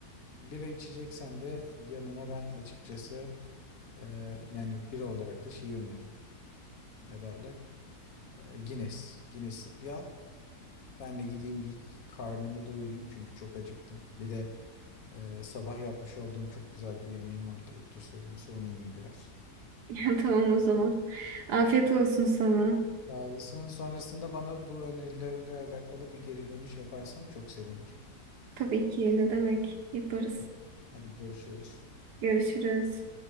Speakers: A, on the left; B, on the right.
A: Bira içeceksen de yanına ben açıkçası e, yani bira olarak da şeyi öneririm. Ne derler? E, Guinness. Guinness'i bir al. Ben de gideyim bir karnımı doyurayım çünkü çok acıktım. Bir de Ee, sabah yapmış olduğum çok güzel bir yemeğim vardı ayıptır söylemesi. Onu yiyeyim biraz.
B: Ya tamam o zaman. Afiyet olsun sana.
A: Sağ olasın. Sonrasında bana bu önerilerle alakalı bir geri dönüş yaparsan çok sevinirim.
B: Tabii ki ne demek. Yaparız.
A: Tamam. Hadi görüşürüz.
B: Görüşürüz.